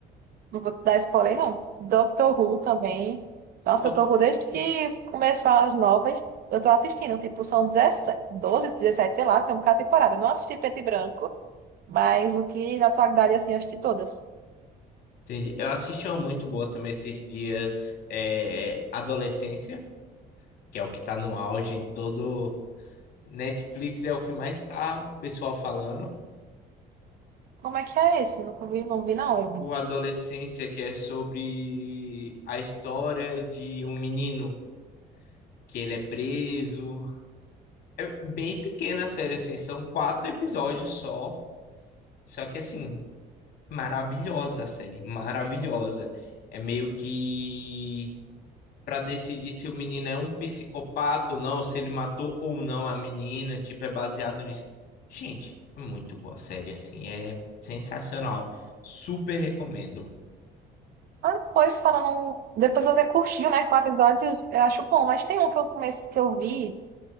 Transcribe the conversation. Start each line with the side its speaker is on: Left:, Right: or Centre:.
Right: Não vou dar spoiler, não. Doctor Who também. Nossa,
Left: Ó,
Right: Doctor Who, desde que começaram as novas, eu tô assistindo. Tipo, são dezessete doze dezessete sei lá, tem um cada temporada. Eu não assisti Preto e Branco, mas o que na atualidade, assim, eu assisti todas.
Left: Entendi. Eu assisti uma muito boa também esses dias, é, Adolescência, que é o que tá no auge em todo Netflix, é o que mais tá o pessoal falando.
Right: Como é que é esse? Não vi, não vi não, Evelyn.
Left: o Adolescência, que é sobre a história de um menino que ele é preso. É bem pequena a série, assim, são quatro episódios só. Só que, assim, maravilhosa a série, maravilhosa. É meio que para decidir se o menino é um psicopata ou não, se ele matou ou não a menina, tipo, é baseado nisso. Gente, é muito boa a série, assim, é sensacional. Super recomendo.
Right: Ah, depois falando. Depois eu até curti, né? Quatro episódios, eu acho bom, mas tem um que eu comecei que eu vi,